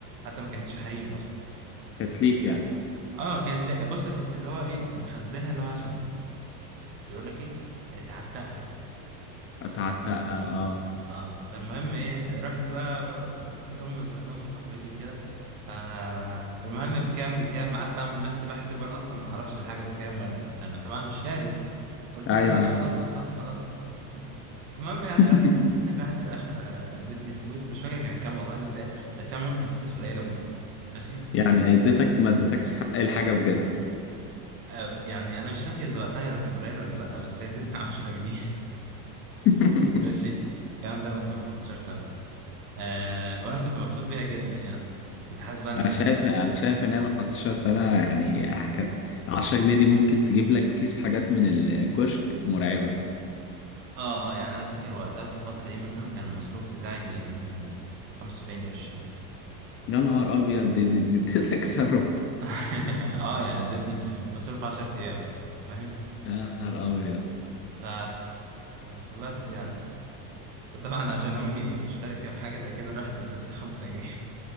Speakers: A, on the right; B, on the left.
A: حتى ما كانتش حريمي اصلا
B: كانت
A: انت
B: ليك
A: فاهم
B: يعني
A: اه كانت لا بص كنت اللي هو ايه مخزنها اللي هو عشان بيقول لك ايه تعتقها
B: اتعتقها اه
A: اه فالمهم ايه رحت بقى لهم لهم صاحبتي وكده فالمهم بكام بكام قعدت اعمل نفسي بحسب وانا اصلا ما اعرفش الحاجه بكام ولا انا طبعا مش شاري قلت
B: ايوه
A: لها لا خلاص
B: ايوه
A: خلاص خلاص خلاص المهم يعني
B: <laughs>
A: راحت <laughs> راحت في الاخر ادتني فلوس مش فاكر كانت كام والله بس بس عموما كانت فلوس قليله موت ماشي
B: يعني اديتك ما اديتكش حق الحاجه بجد
A: آه يعني انا مش فاكر وقتها كان قليل ولا لا بس هي ادتني 10 جنيه
B: <laughs>
A: ماشي الكلام ده مثلا من 15 سنة آه وأنا كنت مبسوط بيها جدا يعني كنت حاسس بقى إن
B: انا
A: أنا
B: شايف
A: اشتغلت
B: انا شايف ان هي من 15 سنه يعني كانت 10 جنيه دي ممكن تجيب لك كيس حاجات من الكشك مرعبه
A: آه آه يعني أنا فاكر وقتها في الفترة دي مثلا كان المصروف بتاعي ممكن 75 قرش مثلا
B: يا نهار ابيض دي دي, دي, دي تكسره
A: <laughs> آه يعني ادتني مصروف 10 أيام أنت فاهم
B: <laughs> يا نهار ابيض
A: ف... فبس يعني طبعا عشان أمي مشتركة في حاجة زي كده رحت اديتها 5 جنيه